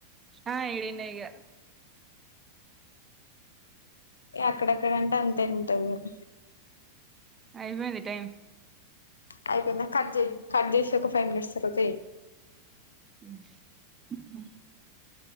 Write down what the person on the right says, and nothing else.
ఆ ఇడనే ఈగ
అయిపోంది టైం
<inaudible>